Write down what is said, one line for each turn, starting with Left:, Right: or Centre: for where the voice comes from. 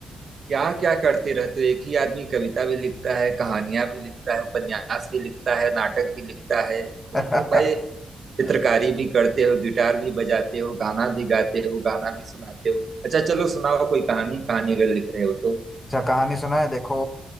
Right: क्या क्या करते रहते हो एक ही आदमी कविता भी लिखता है कहानियां भी लिखता है उपन्यास भी लिखता है नाटक भी लिखता है तुम
Left: था
Right: तो भाई
Left: <laughs>
Right: चित्रकारी भी करते हो गिटार भी बजाते हो गाना भी गाते हो गाना भी सुनाते हो अच्छा चलो सुनाओ कोई कहानी कहानी अगर लिख रहे हो तो
Left: अच्छा कहानी सुना है देखो